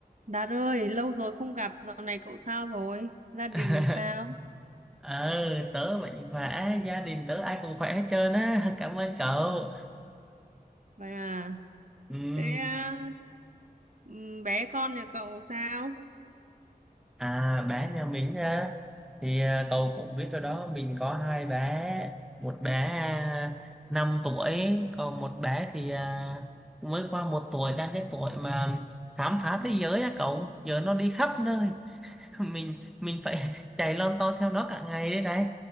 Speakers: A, on the right; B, in the centre.
A: Đạt ơi, lâu rồi không gặp, dạo này cậu sao rồi? Gia đình
B: <laughs>
A: sao?
B: ờ tớ mạnh khỏe gia đình tớ ai cũng khỏe hết trơn á <laughs> cảm ơn cậu
A: Vậy à,
B: Ừm,
A: thế à, ừm, bé con nhà cậu sao?
B: à bé nhà mình á thì à, cậu cũng biết rồi đó mình có hai bé một bé à, 5 tuổi còn một bé thì à, mới qua một tuổi đang cái tuổi mà khám phá thế giới á cậu giờ nó đi khắp nơi <laughs> mình mình phải <laughs> chạy lon ton theo nó cả ngày đấy đấy